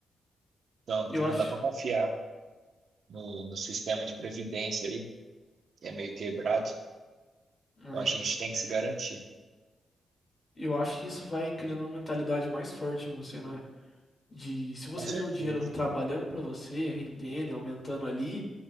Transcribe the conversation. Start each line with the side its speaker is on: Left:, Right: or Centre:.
Right: Então,
Left: Eu
Right: porque
Left: acho,
Right: não dá para confiar no, no sistema de previdência ali, que é meio quebrado.
Left: é,
Right: Então, a gente tem que se garantir.
Left: eu acho que isso vai criando uma mentalidade mais forte em você, não é? De se você
Right: Com certeza.
Left: vê o dinheiro trabalhando pra você, rendendo, e aumentando ali,